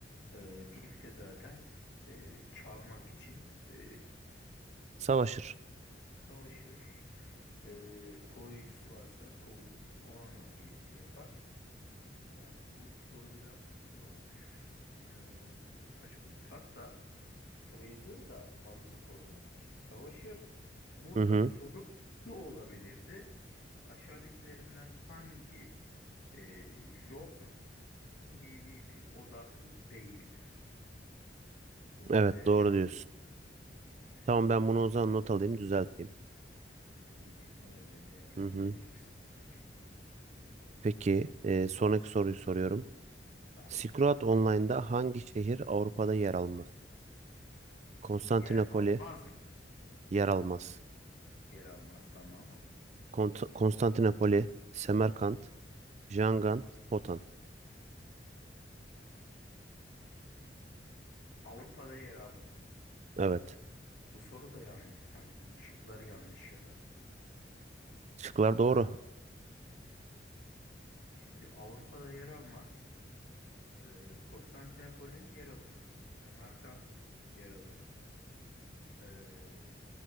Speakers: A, on the left; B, on the right.
A: Ee, Thief de zaten ee, çalmak için ee,
B: Savaşır.
A: savaşır. Ee, koruyucusu varsa koru, onunla bir, bir yapar. Yani bu soru biraz şey olmuş. ee, saçma olmuş. Hatta trader da malını korumak için savaşır. Burada
B: Hı hı.
A: soru şu olabilirdi. Aşağıdakilerinden hangi ee, job PvP odaklı değildir? Burada
B: Evet
A: mercan
B: doğru diyorsun.
A: mesela
B: Tamam ben bunu o zaman not alayım düzelteyim.
A: gibi. Öyle değerlendirebilirsin.
B: Hı hı.
A: Evet.
B: Peki e, sonraki soruyu soruyorum.
A: Tamam.
B: Silk Online'da hangi şehir Avrupa'da yer almaz? Konstantinopoli
A: Yer almaz mı?
B: yer almaz.
A: Yer almaz tamam.
B: Kont- Konstantinopoli, Semerkant, Jangan, Hotan.
A: Avrupa'da yer almaz.
B: Evet.
A: Bu soru da yanlış sanki. Şıkları yanlış ya da.
B: Şıklar doğru.
A: Ee, şimdi Avrupa'da yer almaz. Ee, Konstantinopoli yer alır. Semerkant yer alır. Ee,